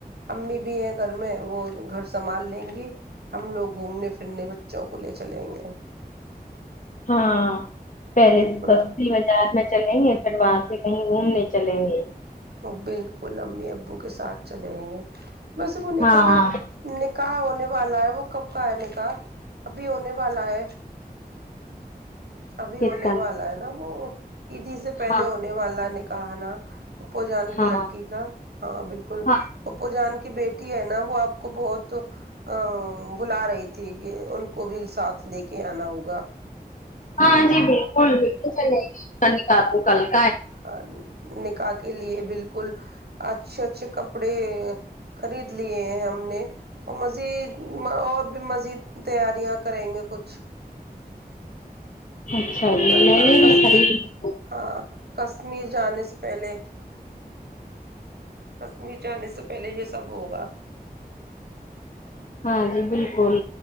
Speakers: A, on the right; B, on the left.
A: امی بھی ہے <unintelligible> گھر میں وہ گھر سنبھال لیں گی ہم لوگ گھومنے پھرنے بچوں کو لے چلیں گے
B: ہاں پہلے
A: بالکل
B: سستی بازار میں چلیں گ پھر وہاں سے کہیں گھومنے چلیں گے
A: وہ بالکل امی ابو کے ساتھ چلے آئیں گے بس ان نے
B: ہاں
A: کہا
B: ہاں
A: نے کہا ان والا ہے وہ کب کا ہے ن کا ابھی ہونے والا ہے ابھی
B: کس
A: ہونے
B: کا
A: والا ہے نا وہ ایدی سے پہلے
B: ہاں
A: ہونے والا نے کہانا پپو جان کی
B: ہاں
A: لڑکی کا ہاں بالکل
B: ہاں
A: پپو جان کی بیٹی ہے نا وہ آپ کو بہت ا بلا رہی تھی کہ ان کو بھی ساتھ لے کے آنا ہوگا
B: ہاں جی بالکل بالکل چلے کن کاپ کو کل کے
A: ہاں نکاح کے لیے بالکل اچھے اچھے کپڑے خرید لیے ہیں ہم نے اور مزید اور بھی مزید تیاریاں کریں گے کچھ
B: اچھا جی
A: پر
B: میں نے
A: کشمیر
B: بھی خرید
A: ہاں کشمیر جانے سے پہلے کشمیر جانے سے پہلے یہ سب ہوگا
B: ہاں جی بالکل